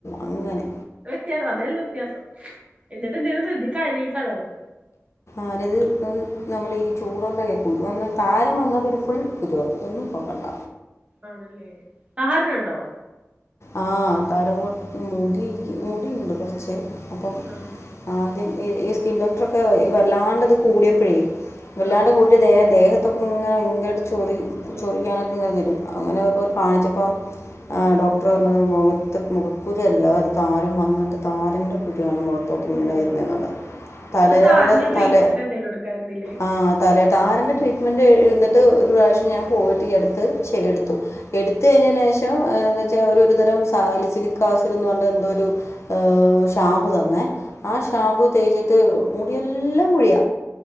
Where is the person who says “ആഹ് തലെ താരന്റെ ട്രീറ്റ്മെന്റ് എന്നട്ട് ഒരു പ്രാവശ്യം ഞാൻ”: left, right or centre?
Left